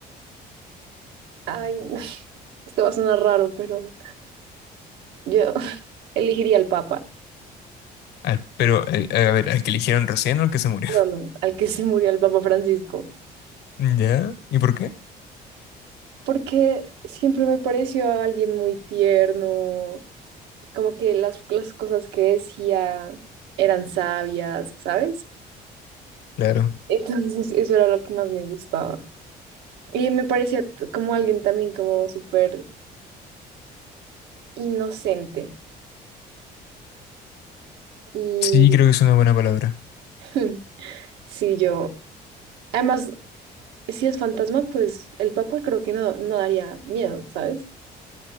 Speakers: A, on the right; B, on the left.
A: ay, <laughs> esto va a sonar raro, pero yo <laughs> elegiría al Papa.
B: Ah, pero, eh, a ver, ¿al que eligieron recién o al que se murió?
A: No, no, al que se murió el Papa Francisco.
B: <laughs> ¿Ya? ¿Y por qué?
A: Porque siempre me pareció alguien muy tierno, como que las, las cosas que decía eran sabias, ¿sabes?
B: Claro.
A: Entonces eso era lo que más me gustaba. Y me parecía t- como alguien también como súper inocente. Y
B: Sí, creo que es una buena palabra.
A: <laughs> sí, yo, además, si es fantasma, pues el papá creo que no, no daría miedo, ¿sabes?